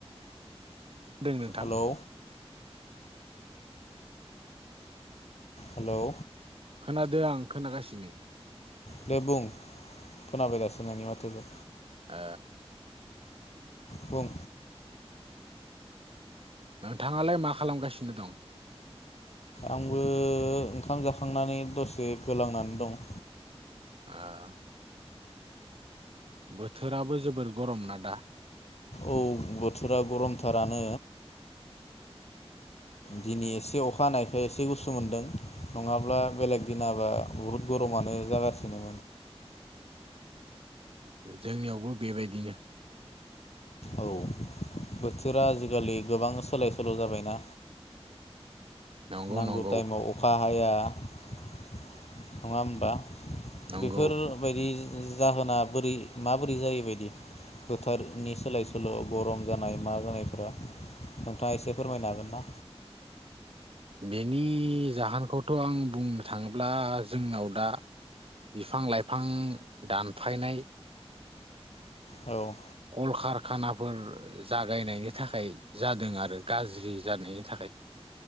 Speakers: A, on the right (about 60°); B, on the left (about 80°).
A: दों नोंथां
B: हेलौ हेलौ
A: खोनादो आं खोनागासिनो।
B: दे बुं। खोनाबाय दासोनोंनि माथोखो।
A: आ
B: बुं।
A: नोंथाङालाय मा खालामगासिनो दं?
B: आंबो ओंखाम जाखांनानै दसे गोलांनानै दं।
A: आ बोथोराबो जोबोर गरम ना दा।
B: औ बोथोरा गरमथारानो दिनै एसे अखा हानायखाय एसे गुस्सु मोनदों नङाब्ला बेलेग दिनाबा बुहुद गरमानो जागासिनो।
A: जोंनियावबो बेबायदिनो।
B: औ बोथोरा आजिखालि गोबां सोलाय सोल जाबायना।
A: नंगौ
B: नांगौ
A: नंगौ
B: टाइमाव अखा- हाया नङा होमबा?
A: नंगौ
B: बेफोर बायदि जाहोना बोरै माबोरै जायोबायदि बोथारनि सोलाय सोल गरम जानाय मा जानायफोरा नोंथाङा एसे फोरमायनो हागोन ना?
A: बेनि जाहोनखौथ आं बुंनो थाङोब्ला जोंनाव दा बिफां लाइफां दानफायनाय -
B: औ
A: कलकारखानाफोर जागायनायनि थाखाय जादों आरो गाज्रि जानायनि थाखाय।